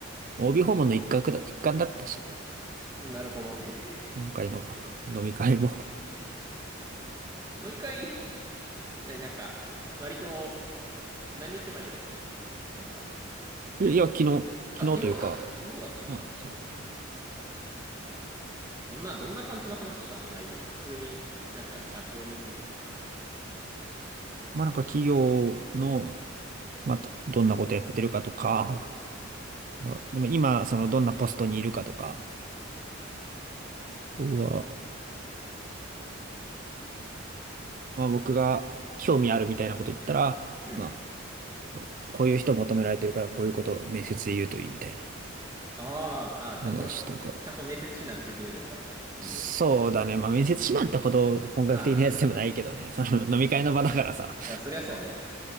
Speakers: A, on the right (about 40°); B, on the right (about 20°).
A: 帯訪問の一角だ、一環だったしね。
B: なるほどね。
A: 今回の飲み会も。
B: そう。飲み会 <laughs> ななんか、割と何日前にだったのなんか、
A: <laughs> いや、いや昨日、
B: あ、
A: 昨日というか、
B: 昨日、あ、昨日だったんだ。
A: まあ、そう。
B: へえ。どんな、どんな感じの話したの内容。普通に、なんか、社風についてとかなの。
A: まあ、なんか企業の、また、どんなことやってるかとか、
B: うん。
A: まあ、でも今、その、どんなポストにいるかとか、僕は、まあ、僕が興味あるみたいなこと言ったら、
B: うん。
A: まあ、こういう人求められてるから、こういうことを面接で言うといいみたいな
B: ああ、あ、ちゃんと、
A: 話とか。
B: ちゃんと面接指南してくれるんだ。いいね。
A: そうだね。まあ、面接指南ってほど本格的なやつでもないけどね。
B: まあ、
A: <laughs> その飲み会の場だからさ。
B: <laughs> あ、そりゃそうね。